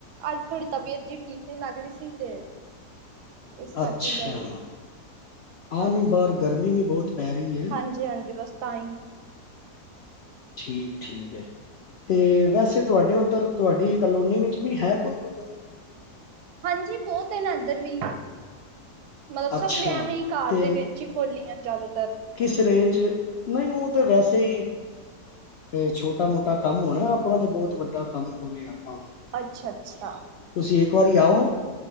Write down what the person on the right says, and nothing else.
ਅਜ ਥੋਡੀ ਤਬੀਅਤ ਜੀ ਠੀਕ ਨੀ ਲਗ ਰੀ ਸੀ ਤੇ ਏਸ ਕਰਕੇ
ਗਏ ਨੀ।
ਹਾਂਜੀ,
ਹਾਂਜੀ-ਹਾਂਜੀ ਬਸ ਤਾਂ ਈ।
ਹਾਂਜੀ ਬੋਤ ਐਨ ਐਧਰ ਵੀ, ਮਤਲਵ
ਸਬ ਨੇ ਐਵੇਂ ਈ ਘਾਰ
ਦੇ ਵਿੱਚ ਚੀ ਖੋਲੀਅਨ ਜਾਦਾਤਰ।
ਅੱਛਾ-ਅੱਛਾ।